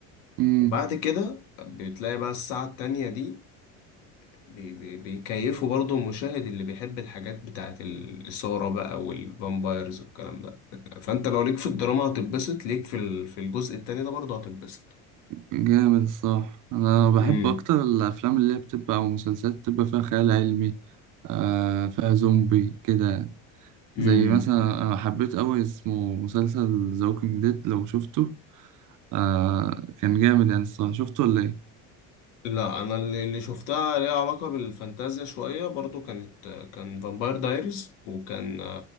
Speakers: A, on the right; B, on the left.
A: امم
B: وبعد كده بتلاقي بقى الساعة التانية دي بي بي بيكيفوا برضو المشاهد اللي بيحب الحاجات بتاعت الإثارة بقى والفامبايرز والكلام ده فأنت لو ليك في الدراما هتتبسط ليك في ال- في الجزء التاني ده برضو هتتبسط
A: جامد الصراحة انا بحب
B: امم
A: اكتر الافلام اللي هي بتبقى او مسلسلات بتبقى فيها خيال علمي آه فيها زومبي كده يعني.
B: امم
A: زي مثلا أنا حبيت أوي اسمه مسلسل ذا ووكينج ديد لو شفته آه كان جامد يعني الصراحة شفته ولا إيه؟
B: لا انا اللي اللي شفتها ليها علاقه بالفانتازيا شويه برضو كانت كان فامباير دايريز وكان